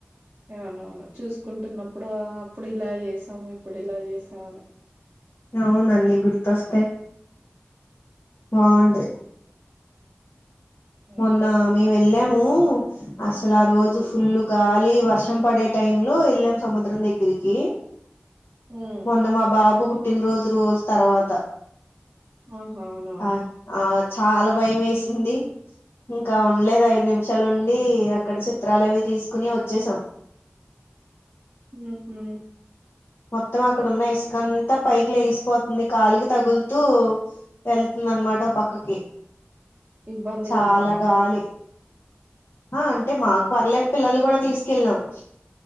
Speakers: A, on the right (about 45°); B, on the left (about 65°).
A: అవునవును చూసుకుంటున్నప్పుడు అప్పుడు ఇలా చేసాము ఇప్పుడు ఇలా చేసాము అని
B: అవును ఆన్నీ గుర్తు వస్తాయ్ బావుంటది మొన్న
A: అంతే ఇగ
B: మేము వెళ్ళాము అసలు ఆ రోజు
A: హ్మ్
B: పుల్ గాలి వర్షం పడే టైమ్ లో వేళ్ళం సముద్రం దగ్గరికి
A: హ్మ్
B: మొన్న మా బాబు పుట్టినరోజు రోజు తర్వాత
A: ఆహా అవునా
B: ఆ ఆ చాలా భయం వేసింది ఇంకా ఉండలేదు ఐదు నిమిషాలుండి అక్కడ చిత్రాలు అవి తీసుకుని వచ్చేసాం
A: ఉహు
B: మొత్తం అక్కడ ఉన్న ఇసుకంతా పైకి లేగిసిపోతుంది కాలికి తగులుతూ వెళ్తుంది అనమాట పక్కకి
A: ఇబ్బందిగా
B: చాలా
A: ఉంది అనమాట
B: గాలి
A: మీకు
B: ఆ అంటే మాకు
A: హ్మ్
B: పర్లేదు పిల్లలు కూడా తీసుకెళ్ళినం